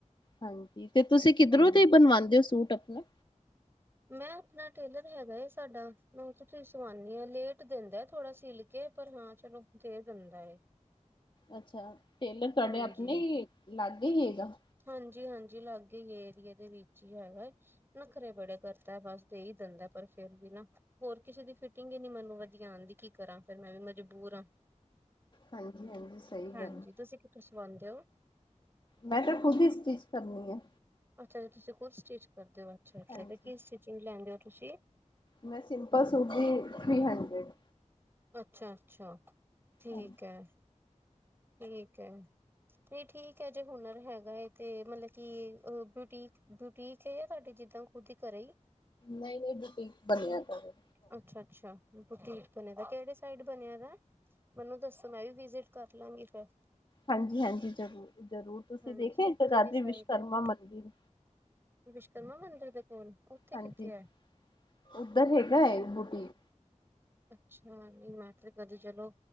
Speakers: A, on the left (about 40°); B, on the right (about 15°).
A: ਹਾਂਜੀ, ਤੇ ਤੁਸੀਂ ਕਿੱਦਰੋਂ
B: ਹਾਂਜੀ।
A: ਦੀ ਬਣਵਾਂਦੇ ੳ ਸੂਟ ਆਪਣੇ?
B: ਮੈਂ ਅਪਣਾ ਟੇਲਰ ਹੈਗਾ ਏ ਸਾਡਾ, ਮੈ ਉਥੋਂ ਈ ਸਵਾਣੀ ਆ, ਲੇਟ ਦੇਂਦਾ ਥੋੜਾ ਸਿਲ ਕੇ ਪਰ ਹਾਂ ਚਲੋ ਦੇ ਦਿੰਦਾ ਏ।
A: ਅੱਛਾ, ਟੇਲਰ ਤੁਆਡੇ
B: ਹਾਂਜੀ।
A: ਆਪਣੇ ਈ, ਲਾਗੇ ਈ ਹੇਗਾ?
B: ਹਾਂਜੀ-ਹਾਂਜੀ, ਲਾਗੇ ਈ ਏਰੀਏ ਦੇ ਵਿੱਚ ਹੀ ਹੈਗਾ ਨੱਖਰੇ ਬੜੇ ਕਰਦਾ ਬਸ ਦੇਈ ਦਿੰਦਾ ਪਰ ਫੇਰ ਵੀ ਨਾ ਹੋਰ ਕਿਸੇ ਦੀ ਫਿਟਿੰਗ ਈ ਨੀ ਮੈਨੂੰ ਵੱਧੀਆ ਆਂਦੀ ਕੀ ਕਰਾਂ ਫੇਰ ਮੈਂ ਵੀ ਮਜਬੂਰ ਆ।
A: ਹਾਂਜੀ-ਹਾਂਜੀ, ਸਈ
B: ਹਾਂਜੀ
A: ਗੱਲ ਆ।
B: ਤੁਸੀਂ ਸੁਆਂਦੇ ਓ?
A: ਮੈਂ ਤਾਂ ਖੁਦ ਹੀ ਸਟਿਚ ਕਰਨੀ ਆ।
B: ਅੱਛਾ, ਅੱਛਾ ਤੁਸੀਂ ਖੁਦ ਸਟਿਚ ਕਰਦੇ ਓ, ਅੱਛਾ-ਅੱਛਾ
A: ਹਾਂਜੀ
B: ਤੇ ਕੀ ਸਟਿਚਿੰਗ ਲੈਂਦੇ ਓ ਤੁਸੀਂ?
A: ਮੈਂ ਸਿੰਮਪਲ ਸੂਟ ਦੀ, ਥ੍ਰਰੀ ਹੰਡਰੇਡ।
B: ਅੱਛਾ-ਅੱਛਾ, ਠੀਕ
A: ਹਾਂਜੀ
B: ਐ- ਠੀਕ ਐ। ਨਈ ਠੀਕ ਐ ਜੇ ਹੁਨਰ ਹੈਗਾ ਏ ਤੇ ਮਤਲਬ ਕਿ ਬੂਟੀਕ, ਬੂਟੀਕ ਹੈ ਤੁਆਡੇ ਜਿੱਦਾਂ? ਓਧਰ ਘਰੇ ਈ?
A: ਨਈ-ਨਈ ਬੂਟੀਕ ਬਣੇਆ ਦਾ ਵੇ।
B: ਅੱਛਾ-ਅੱਛਾ ਬੂਟੀਕ ਬਣੇਆ ਦਾ, ਕੇੜੇ ਸਾਈਡ ਬਣੇਆ ਵਾ? ਮੈਨੂੰ ਦੱਸੋ ਮੈਂ ਵੀ ਵਿਜੇਟ ਕਰ ਲਾਂਗੀ ਫੇਰ।
A: ਹਾਂਜੀ-ਹਾਂਜੀ ਜ਼ਰੂਰ-ਜ਼ਰੂਰ ਤੁਸੀਂ
B: ਹਾਂਜੀ
A: ਦੇਖੇਆ ਏ ਜਗਾਦਰੀ
B: ਕਿਹੜੀ ਸਾਈਡ
A: ਵਿਸ਼ਵਕਰਮਾ
B: ਹੈਗਾ
A: ਮੰਦਿਰ?
B: ਵਿਸ਼ਵਕਰਮਾ ਮੰਦਿਰ ਦੇ ਕੋਲ ਉੱਥੇ
A: ਹਾਂਜੀ,
B: ਕਿੱਥੇ ਹੈ
A: ਓਧਰ ਹੈਗਾ ਏ ਬੂਟੀਕ।
B: ਅੱਛਾ, ਨਈ ਮੈਂ ਤੇ ਕਦੀ ਚਲੋ